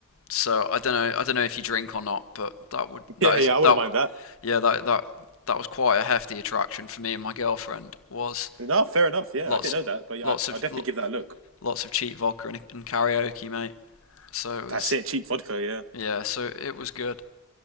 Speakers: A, on the left (about 65°); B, on the right (about 60°).
A: So I don't know I don't know if you drink or not, but that would that
B: Yeah,
A: is
B: yeah, I wouldn't
A: that
B: mind that.
A: yeah that that that was quite a hefty attraction for me and my girlfriend was
B: No, fair enough. Yeah,
A: lots
B: I didn't know that, but yeah,
A: lots
B: I,
A: of
B: I'll definitely give that a look.
A: lots of cheap vodka and, and karaoke, mate. So it was
B: That's it, cheap vodka. Yeah,
A: yeah, so it was good.